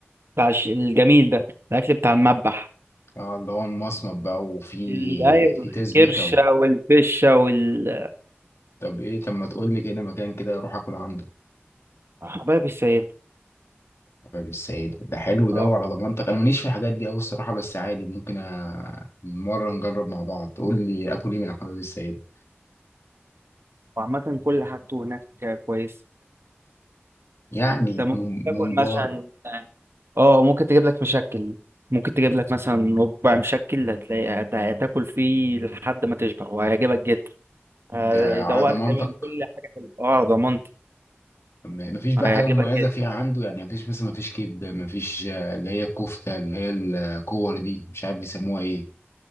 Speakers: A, on the right; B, on the left.
A: بتاع الش- الجميل ده الاكل بتاع المذبح
B: اه اللي هو المصمت بقى وفي
A: ال- ايوه
B: في تسبيكة
A: الكرشه
B: و...
A: والفشه وال
B: طب ايه طب ما تقول لي كده مكان كده اروح اكل عنده
A: حبايب السيد
B: حبيب السيد ده حلو ده
A: اه
B: وعلى ضمانتك انا ماليش في الحاجات دي قوي الصراحة بس عادي ممكن أ... مرة نجرب مع بعض تقول لي اكل ايه من حبيب السيد
A: وعامة كل حاجته هناك كويس
B: يعني
A: انت ممكن
B: مم-
A: تاكل
B: ممبار
A: مثلا اه ممكن تجيب لك مشكل ممكن تجيب لك مثلا ربع مشكل هتلاقي هت- هتاكل فيه لحد ما تشبع وهيعجبك جدا ماشي
B: ده
A: هيدوقك
B: على ضمانتك
A: تقريبا كل حاجه حلوه اه ضمانتي
B: م- مفيش بقى
A: هيعجبك
B: حاجة مميزة
A: جدا
B: فيها عنده يعني مفيش مثلا مفيش كبدة مفيش آه، اللي هي الكفتة اللي هي الكور دي مش عارف بيسموها ايه